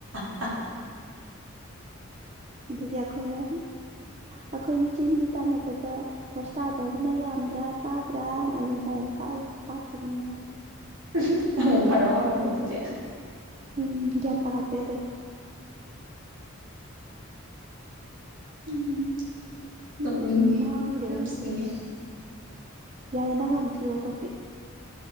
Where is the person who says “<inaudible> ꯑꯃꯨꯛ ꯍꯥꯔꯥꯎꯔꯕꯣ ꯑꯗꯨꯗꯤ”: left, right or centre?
Right